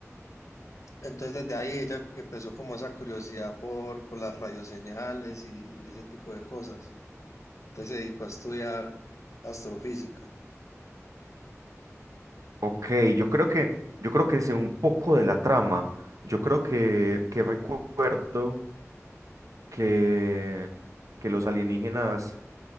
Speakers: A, on the left; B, on the right.
A: Entonces desde ahí ella empezó como esa curiosidad por, por las radioseñales y, y ese tipo de cosas. Entonces se dedicó a estudiar astrofísica.
B: Ok, yo creo que, yo creo que sé un poco de la trama. Yo creo que, que recuerdo que, que los alienígenas,